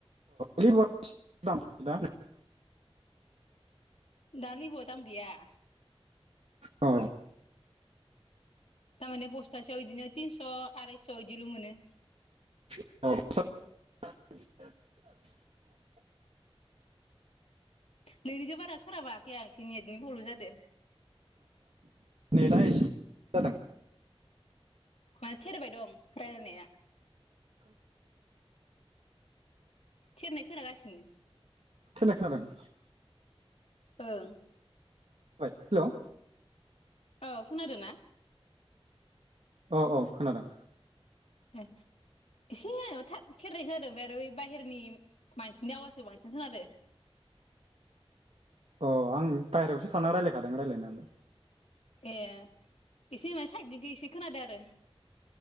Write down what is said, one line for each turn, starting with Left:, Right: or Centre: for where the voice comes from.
Right: लिबुआ बेसे दाम दा
Left: दा लिबुआ दाम गैया
Right: औ
Left: थारमाने बस्थासेयाव बिदिनो तिनस' आरायस' इदिल' मोनो।
Right: <unintelligible>
Left: नोंनिखौ बारा खोनाबाङाखै आं एसे नेटनि प्रब्लेम जादो
Right: नेटा एसे <unintelligible> जादों।
Left: मा थेरबाय दं रायलायनाया थेरनाय खोनागासिनो
Right: थेरनाय खोनादों
Left: ओं
Right: हेलौ
Left: औ खोनादो ना
Right: औ औ खोनादों
Left: ए एसे थाब थेरनाय खोनादों बे आरो बाहेरनि मानसिनि आवाजखौ बांसिन खोनादों
Right: अ आं बायरावसो थाना रायलायखादों रायलायनायालाय
Left: ए इसे मासि साइदनिखौ एसे खोनादो आरो